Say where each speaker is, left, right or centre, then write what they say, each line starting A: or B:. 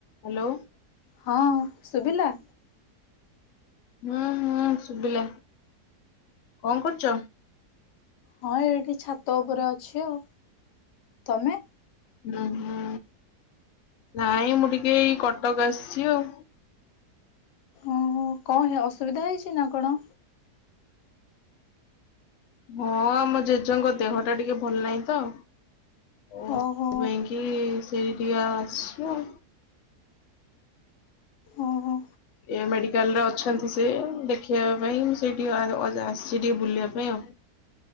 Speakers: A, on the left; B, on the left.
A: Hello.
B: ହଁ ଶୁଭିଲା
A: ହୁଁ ହୁଁ ଶୁଭିଲା କଣ କରୁଛ
B: ହଁ ଏଇଠି ଛାତ ଉପରେ ଅଛି ଆଉ ତମେ
A: ହୁଁ ହୁଁ ନାଇଁ ମୁଁ ଟିକେ ଏଇ କଟକ ଆସିଛି ଆଉ
B: ଓ ହୋ କଣ ହେ ଅସୁବିଧା ହେଇଛି ନା କଣ
A: ହଁ ଆମ ଜେଜେଙ୍କ ଦେହ ଟା ଟିକେ ଭଲ ନାହିଁ ତ ଓ
B: ଓହୋ
A: ସେଥିପାଇଁ କି ସେଇଠୀ ଅଛି ଆଉ
B: ଓହୋ।
A: ଏ ମେଡିକାଲ ରେ ଅଛନ୍ତି ସେ ଦେଖେଇବା ପାଇଁ ସେ ଟିକେ ଅ ଆସିଛି ଟିକେ ବୁଲିବା ପାଇଁ ଆଉ